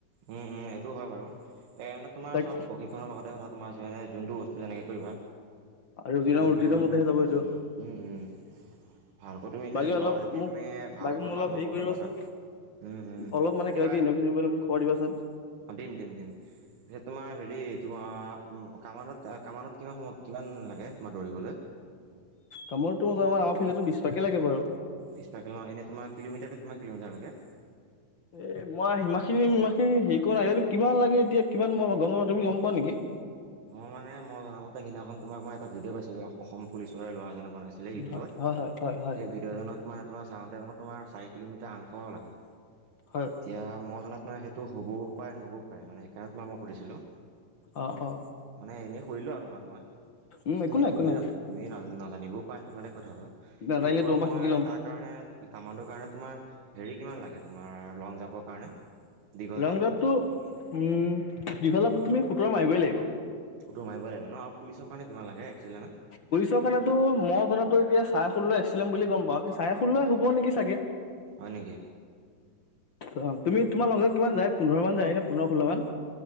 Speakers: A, on the right; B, on the left.
A: উম, উম এইটো হয় বাৰু পেৰেনত তোমাৰ
B: তাক
A: চব প্ৰশিক্ষনৰৰ লগতে কথা তোমাৰ যিমানে যোনটো বস্তু যেনেকে কৰিবা।
B: ৰুটিনৰ
A: কহিম
B: ৰুটিনৰ
A: ৰকনা,
B: মতেহে যাব
A: উম,
B: এইটো
A: উম, উম। ভালকৈ তুমি এ
B: বাকী
A: দৰা
B: অলপ
A: তি
B: মোক
A: তুমি ভালকৈ
B: বাকী মোক অলপ
A: ভাল
B: হেৰি
A: নম্বৰ
B: কৰিবাচোন
A: পাবা তাত। উম উম
B: অলপ মানে কিবা
A: এইবাৰ
B: কিবি ইণ্টাৰভি চিণ্টাৰভিউ পালে মোক খবৰ দিবাচোন।
A: দিম দিম দিম পিছত তোমাৰ হেৰি তোমাৰ কামানত কামাণ্ডত কিমান সময় কিমান লাগে তোমাৰ দৌৰিবলৈ
B: কামোৰটো তাৰ আমাৰ ফিল্ডতো বিশ পাকে লাগে বাৰু।
A: বিশ পাক ন', এনে তোমাৰ কিলোমিটাৰটো কিমান কিলোমিটাৰ লাগে?
B: এ মই সিমাখিনি সিমানখিনি হেৰি কৰা নাই কিমান লাগে, এতিয়া কিমান মই গম পাওঁ তুমি গম পোৱা নেকি?
A: মই মানে মই জনামতে সেইদিনাখন তোমাক মই এটা ভিডিঅ'পাইছিলো, অসম পুলিচৰে ল'ৰা তেনেকুৱা পাইছিলো ইউটিউবত
B: হয় হয় হয় হয় হয়
A: সেই ভিডিঅ' তোত তোমাৰ ছাৰজনৰ তোমাৰ চাৰি কিলোমিটাৰ আঠশ লাগে,
B: হয়
A: এতিয়া মই জনাত সেইটো হ'বও পাৰে নহ'বও পাৰে মানে, সেইকাৰণত তোমাক মই সুধিছিলো।
B: অ', অ'।
A: মানে এনেই সুধিলোঁ আৰু তোমাক মই,
B: উম
A: এই
B: একো
A: তুমি
B: নাই
A: তুমিও
B: একো নাই
A: তুমিও নাজানা ন'। জানিবও পৰা সেইটো বেলেগ কথা বাৰু।
B: নাজানিলে
A: কিন্তু তোমাৰ
B: পৰা
A: মই
B: শিকি ল'ম
A: তাৰ কাৰণে কামান্ডৰ কাৰণে তোমাৰ হেৰি কিমান লাগে? তোমাৰ লং জাপৰ কাৰণে। দীঘল
B: লং
A: জাম্প
B: জাম্পতো, উম দীঘল তুমি সোঁতৰ মাৰিবই লাগিব।
A: সোঁতৰ মাৰিব লাগিব ন', আৰু পুলিচৰ কাৰণে কিমান লাগে এক্সেলেন্ত?
B: পুলিশৰ কাৰণেতো মই জনাতো এতিয়া চাৰে সোল্ল এস্কেলেন্ত বুলি গম পাওঁ চাৰে সোল্লই হ'ব নেকি চাগে?
A: হয় নেকি।
B: অ', তুমি
A: উম
B: তোমাৰ
A: উম।
B: লগত কিমান যায় পোন্ধৰ মান যায় নে, পোন্ধৰ ষোল্ল মান